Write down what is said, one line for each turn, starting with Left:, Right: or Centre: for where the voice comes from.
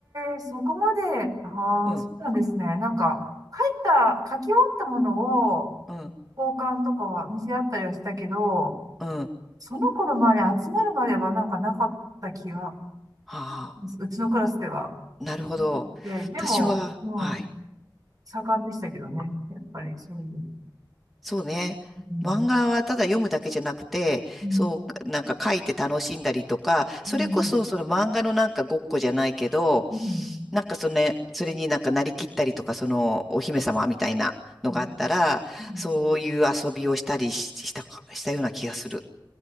Right: えそこまで、ああ、
Centre: うん、
Right: そうなんですね。なんか、書いた、書き終わったものを
Centre: うん、
Right: 交換とかは見せ合ったりはしたけど、
Centre: うん。
Right: その子の周り集まるまではなんかなかった気が、
Centre: あ
Right: うちのクラスでは。
Centre: あ、なるほど。
Right: で、でも、
Centre: 私は、
Right: うん、
Centre: はい。
Right: 盛んでしたけどね。やっぱりそういう。
Centre: そうね。
Right: うん、
Centre: 漫画はただ読むだけじゃなくて、
Right: うん、
Centre: そう、なんか書いて楽しんだりとか、それこそその漫画のなんかごっこじゃないけど、
Right: うん、うん、うん、
Centre: なんかそのね、それになんかなりきったりとか、そのお姫様みたいなのがあったら、
Right: うん。うん
Centre: そういう遊びをしたりし、したか、したような気がする。